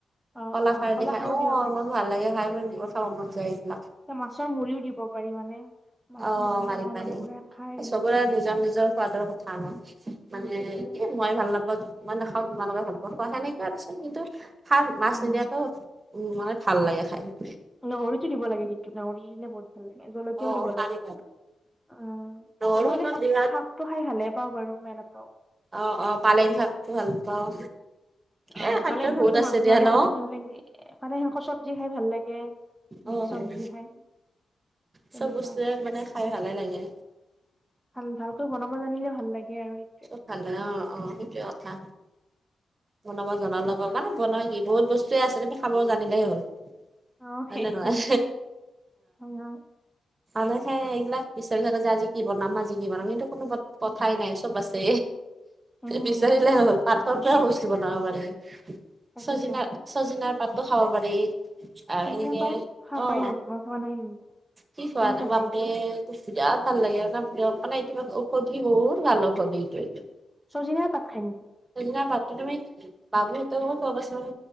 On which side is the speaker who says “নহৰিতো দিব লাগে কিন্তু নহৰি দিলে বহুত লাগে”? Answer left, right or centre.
Centre